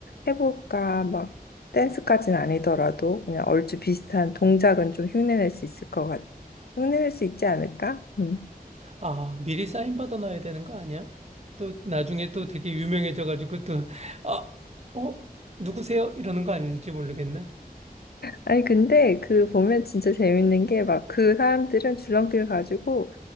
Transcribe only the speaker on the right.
아, 미리 사인 받아놔야 되는 거 아니야? 또 나중에 또 되게 유명해져가지고 또, 아, 어, 누구세요? 이러는 거 아닌지 모르겠네.